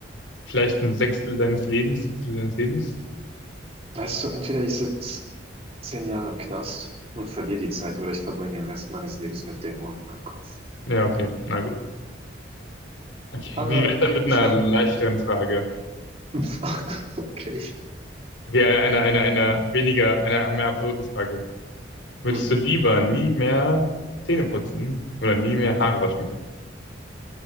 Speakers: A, on the left; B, on the right.
A: vielleicht ein Sechstel deines Lebens, Siebtel deines Lebens.
B: Weißt du, entweder ich sitze zehn Jahre im Knast und verliere die Zeit oder ich verbringe den Rest meines Lebens mit Dämonen in meinem Kopf.
A: Ja, okay, na Okay,
B: Aber
A: wie wär's dann mit
B: ich
A: einer
B: meine,
A: leichteren Frage?
B: <laughs> okay.
A: Okay, einer, einer, einer weniger, einer mehr absurden Frage. Würdest
B: Hm.
A: du lieber nie mehr Zähne putzen oder nie mehr Haare waschen können?